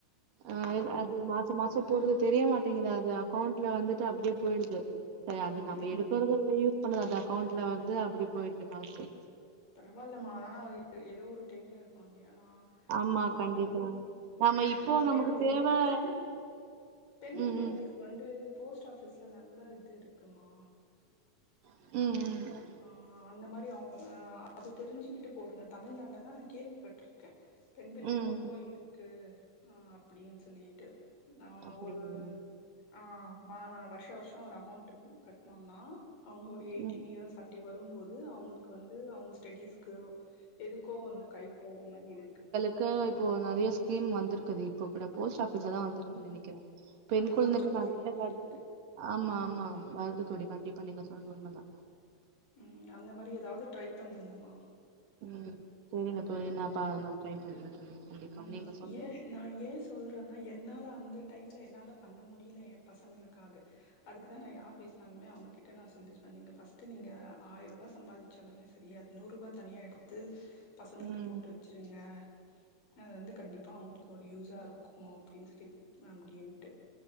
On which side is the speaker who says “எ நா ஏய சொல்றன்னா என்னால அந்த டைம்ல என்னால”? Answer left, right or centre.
Left